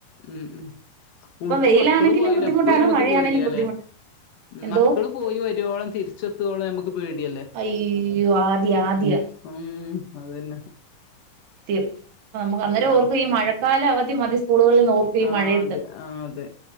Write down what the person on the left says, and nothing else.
ഉം ഉം സ്കൂൾക്ക്
മക്കള് പോയാല
അപ്പഴും നമ്മക്ക്
പേടിയാലേ
മക്കള് പോയി വരുവോളം തിരിച്ചെത്തോളോ നമുക്ക് പേട ല്ലെആ
ഉ അതന്നെ
അല്ലാ
ആ
അതെ ആ അതെ